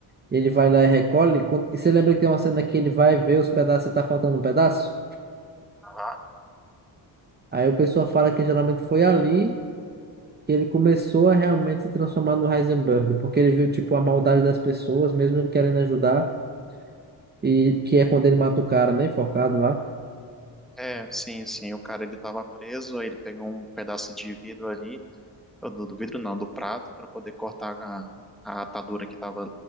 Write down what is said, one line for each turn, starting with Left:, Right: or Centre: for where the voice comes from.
Right: ele vai lá e recolhe. E quando- e você lembra que tem uma cena que ele vai ver os pedaços e tá faltando um pedaço?
Centre: Aham.
Right: Aí o pessoal fala que geralmente foi ali que ele começou a realmente se transformar no Heisenberg, porque ele viu, tipo, a maldade das pessoas, mesmo ele querendo ajudar. E que é quando ele mata o cara, né? Enforcado lá.
Centre: É, sim, sim. O cara ele tava preso, aí ele pegou um pedaço de vidro ali, ou do, do vidro não, do prato, para poder cortar a, a atadura que tava